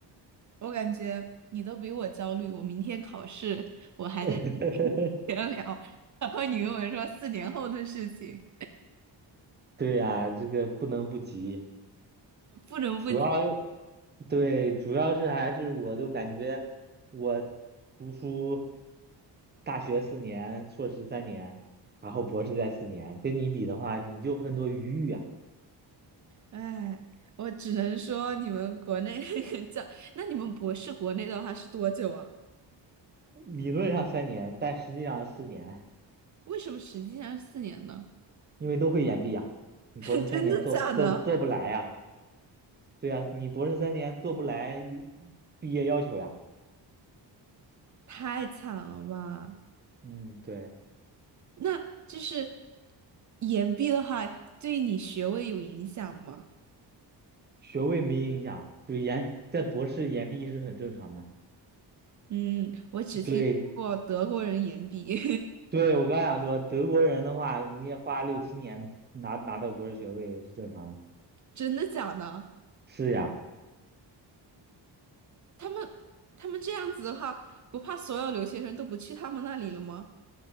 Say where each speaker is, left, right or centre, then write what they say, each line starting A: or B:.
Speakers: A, on the right; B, on the right.
A: 我感觉你都比我焦虑，我明天考试，我还在
B: <laughs>
A: <laughs> 闲聊，然后你跟我说四年后的事情，
B: 对呀，这个不能不急，
A: 不能不。
B: 主要对，主要是还是我都感觉我读书，大学四年，硕士三年，然后博士在四年，跟你比的话，你就很多余裕啊。
A: 哎，我只能说你们国内 <laughs> 教，那你们博士国内的话是多久啊？
B: 理论上三年，但实际上是四年，
A: 为什么实际上是四年呢？
B: 因为都会延毕呀。
A: <laughs>
B: 你博士三年做不做做不来呀？
A: 真的假的？
B: 对呀，你博士三年做不来一毕业要求呀。
A: 太惨了吧！
B: 嗯，对，
A: 那就是延毕的话，对你学位有影响吗？
B: 学位没影响，就延在博士延毕是很正常的。
A: 嗯，我只听过德国人延毕，
B: 对，对我刚想说，德国人的话，你也花六七年拿拿到博士学位是正常的。
A: <laughs> 真的假的？
B: 是呀，
A: 他们他们这样子的话，不怕所有留学生都不去他们那里了吗？